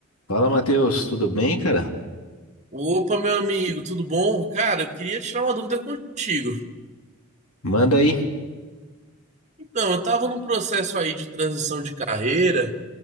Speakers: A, on the left; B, on the right.
A: Fala, Matheus, tudo bem, cara?
B: Opa, meu amigo, tudo bom? Cara, eu queria tirar uma dúvida contigo.
A: Manda aí.
B: Então, eu estava num processo aí de transição de carreira.